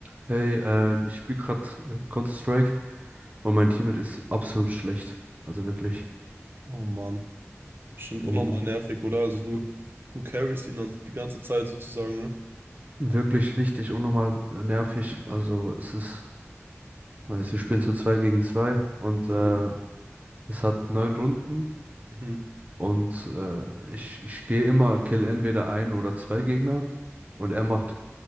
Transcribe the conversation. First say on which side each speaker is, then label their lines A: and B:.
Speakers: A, on the right (about 30°); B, on the right (about 50°).
A: Hey, äh, ich spiele gerade äh, Counter-Strike und mein Teammate ist absolut schlecht. Also wirklich,
B: Oh Mann. Bestimmt unnormal
A: mhm.
B: nervig, oder? Also du, du carryst ihn dann die ganze Zeit sozusagen, ne?
A: wirklich richtig unnormal äh, nervig. Also es ist, weiß, wir spielen zu zwei gegen zwei und
B: Mhm,
A: äh, es hat neun Runden
B: mhm,
A: und äh, ich, ich gehe immer, kill entweder ein oder zwei Gegner und er macht